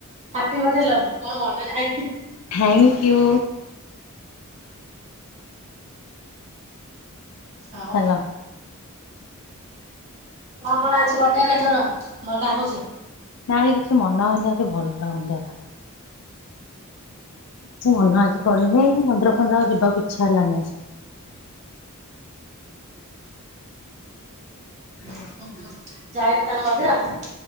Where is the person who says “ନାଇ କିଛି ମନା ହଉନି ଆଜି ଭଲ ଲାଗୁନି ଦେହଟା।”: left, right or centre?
Left